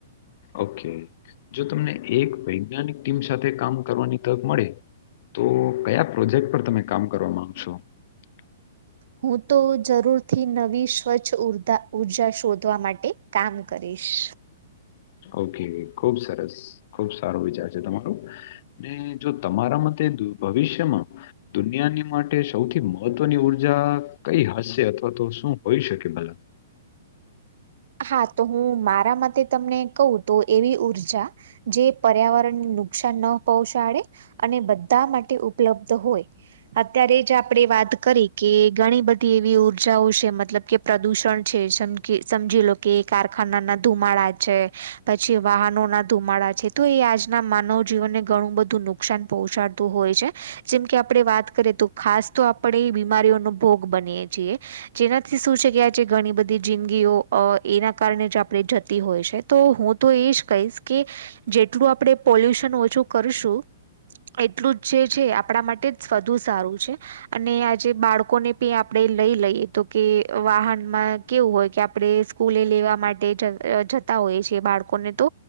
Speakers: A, on the left; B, on the right.
A: ઓકે જો તમને એક વૈજ્ઞાનિક ટીમ સાથે કામ કરવાની તક મળે તો કયા પ્રોજેક્ટ પર તમે કામ કરવા માંગશો. <unintelligible>
B: હું તો જરૂર થી નવી સ્વચ્છ ઉરધા ઉર્જા શોધવા માટે કામ કરીશ.
A: ઓકે ખુબ સરસ ખુબ સારો વિચાર છે તમારું ને જો તમારા મતે ભવિષ્યમાં દુનિયાની માટે સૌથી મહત્વની ઊર્જા કઈ હશે અથવા તો શું હોઈ શકે બલા.
B: હા તો હું મારા મતે તમને કહું તો એવી ઉર્જા જે પર્યાવરણને નુકસાન ન પહોંચાડે અને બધા માટે ઉપલબ્ધ હોય. અત્યારે જ આપડે વાત કરી કે ઘણી બધી એવી ઉર્જાઓ છે મતલબ કે પ્રદુષણ છે સમખી સમજી લો. કે કારખાના ના ધુમાડા છે. પછી વાહનો ના ધુમાડા છે તો એ આજના માનવ જીવનને ઘણું બધું નુક. નુકસાન પહોંચાડતું હોય છે. જેમ કે આપણે વાત કરીએ તો ખાસ તો આપણે એ બીમારીઓનો ભોગ બનીએ છીએ જેનાથી શું છે કે આ છેે ઘણી બધી જિંદગીઓ અ. એના કારણે જ આપણે જતી હોય છે તો હું તો એ જ કહીશ કે જેટલું આપણેે પોલ્યુશન ઓછું કરશું એટલું છે છે આપણા માટે વધુ સારું છે. અને આજે બાળકોને પિ આપણે લઈ લઈએ તો કે વાહનમાં કેવું હોય કે આપણે સ્કૂલે લેવા માટે જ જતા હોય છેએ બાળકોને તો.